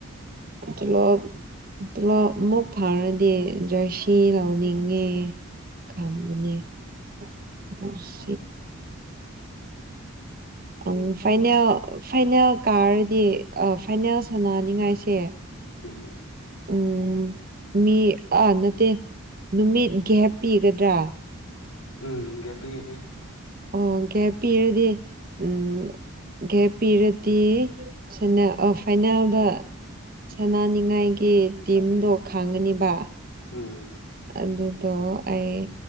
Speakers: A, on the right; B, on the left.
A: <unintelligible> <unintelligible> ꯑꯃꯨꯛ ꯐꯥꯔꯗꯤ ꯖꯣꯏꯁꯤ ꯂꯥꯎꯅꯤꯡꯉꯦ ꯈꯟꯕꯅꯦ <unintelligible> ꯎꯝ ꯐꯥꯏꯅꯦꯜ ꯐꯥꯏꯅꯦꯜ ꯀꯥꯔꯗꯤ ꯑꯥ ꯐꯥꯏꯅꯦꯜ ꯁꯥꯟꯅꯅꯤꯉꯥꯏꯁꯦ
B: <unintelligible>
A: ꯎꯝ ꯃꯤ ꯑꯥ ꯅꯠꯇꯦ ꯅꯨꯃꯤꯠ ꯒꯦꯞꯄꯤꯒꯗ꯭ꯔꯥ
B: ꯎꯝ ꯒꯦꯞꯒꯅꯦ
A: ꯑꯣ ꯒꯦꯞ ꯄꯤꯔꯗꯤ ꯎꯝ ꯒꯦꯞ ꯄꯤꯔꯗꯤ ꯁꯅꯥ ꯑꯥ ꯐꯥꯏꯅꯥꯜꯗ ꯁꯅꯅꯤꯡꯉꯥꯏꯒꯤ ꯇꯤꯝꯗꯣ ꯈꯥꯡꯉꯅꯦꯕ
B: ꯎꯝ
A: ꯑꯗꯨꯗꯣ ꯑꯩ